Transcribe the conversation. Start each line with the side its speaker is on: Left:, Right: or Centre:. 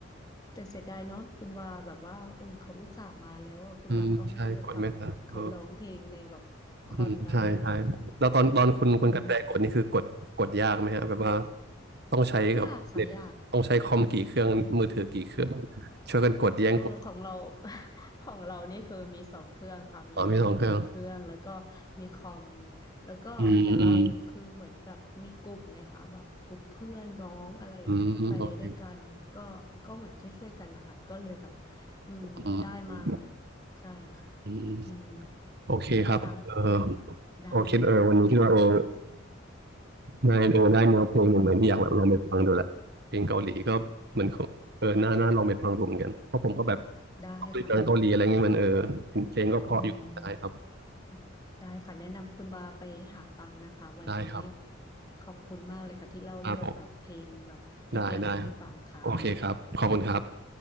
Left: แต่เสียดายเนาะคุณวาแบบว่าเออเขาอุตส่าห์มาแล้วอะคุณวาก็ไม่ได้ไปฟังแบบเขาร้องเพลงในแบบคอนอะไรอย่างเงี้ยค่ะ
Right: อืมใช่กดไม่ทันเออ อืมใช่ใช่แล้วตอนตอนคุณคุณกระแตกดนี่คือกดกดยากไหมฮะแบบว่า
Left: อืม
Right: ต้องใช้กับเน็ตต้องใช้คอมกี่เครื่องมือถือกี่เครื่อง
Left: ยากค่ะยาก
Right: ช่วยกันกดแย่งกด
Left: เออของเรา <laughs> ของเรานี่คือมีสองเครื่องค่ะมีมือถือหนึ่งเครื่องแล้วก็
Right: อ๋อมีสองเครื่อง
Left: มีคอมแล้วก็แต่เราคือเหมือนแบบมีกลุ่มไงคะแบบกลุ่มเพื่อนน้องอะไรอย่างเงี้ยที่ไปด้วยกันก็ก็เหมือนช่วยๆกันนะคะก็เลยแบบ
Right: อืมอืมอืมโอเค
Left: อืมได้มา
Right: อืมอืม
Left: ใช่ค่ะ
Right: อืม
Left: อืม
Right: โอเคครับเออ
Left: ค่ะได้ค่ะ
Right: โอเคเออวันนี้คิดว่าเออนายเออได้เนื้อเพลงเหมือนอยากแบบลองไปฟังดูแหละเพลงเกาหลีก็เหมือนเขาเออน่าน่าลองไปฟังดูเหมือนกันเพราะผมก็แบบ
Left: ได้ค่ะ
Right: ชอบดูหนังเกาหลีอะไรเงี้ยมันเออเพลงเพลงก็เพราะอยู่ได้ครับ
Left: อืม ได้ค่ะแนะนำคุณบาไปหาฟังนะคะวันนี้
Right: ได้ครับ
Left: ขอบคุณมากเลยค่ะที่เล่าเรื่องแบบเพลงแบบอีกแนวหนึ่งให้ฟังค่ะ
Right: ครับผมได้ได้โอเคครับขอบคุณครับ